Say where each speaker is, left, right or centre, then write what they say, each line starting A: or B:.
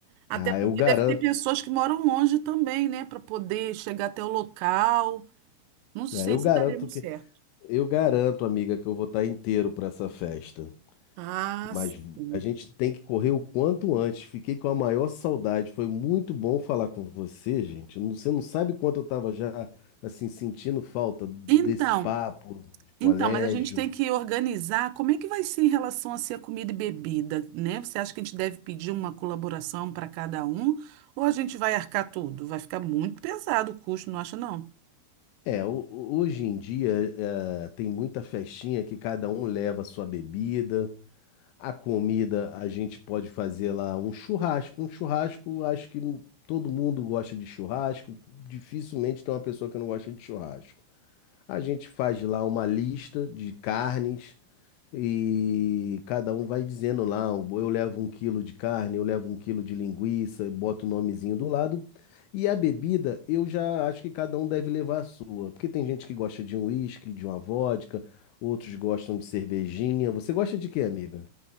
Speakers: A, on the right; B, on the left.
A: Até
B: Ah,
A: porque
B: eu garanto,
A: deve ter pessoas que moram longe também, né? Para poder chegar até o local. Não sei
B: ah, eu
A: se
B: garanto
A: daria muito
B: que,
A: certo.
B: eu garanto, amiga, que eu vou estar inteiro para essa festa.
A: Ah,
B: Mas
A: sim.
B: a gente tem que correr o quanto antes. Fiquei com a maior saudade. Foi muito bom falar com você, gente. Não- Você não sabe quanto eu estava já assim sentindo falta desse
A: Então,
B: papo de colégio.
A: Então, mas a gente tem que organizar como é que vai ser em relação a ser a comida e bebida, né? Você acha que a gente deve pedir uma colaboração para cada um ou a gente vai arcar tudo? Vai ficar muito pesado o custo, não acha não?
B: É, ho- hoje em dia eh, tem muita festinha que cada um leva a sua bebida. A comida a gente pode fazer lá um churrasco. Um churrasco, acho que não- todo mundo gosta de churrasco. Dificilmente tem uma pessoa que não gosta de churrasco. A gente faz lá uma lista de carnes e cada um vai dizendo lá, eu levo um quilo de carne, eu levo um quilo de linguiça, e boto o nomezinho do lado. E a bebida, eu já acho que cada um deve levar a sua, porque tem gente que gosta de um uísque, de uma vodka, outros gostam de cervejinha. Você gosta de quê, amiga?